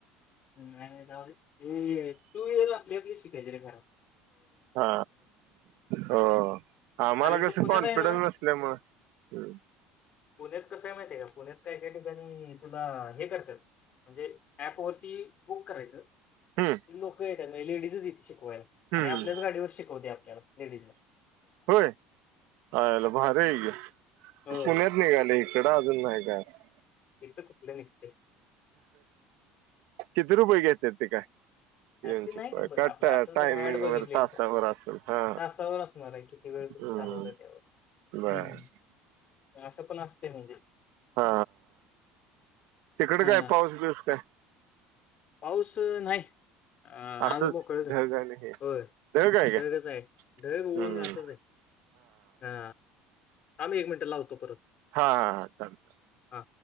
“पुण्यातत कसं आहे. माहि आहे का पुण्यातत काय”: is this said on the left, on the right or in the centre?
Left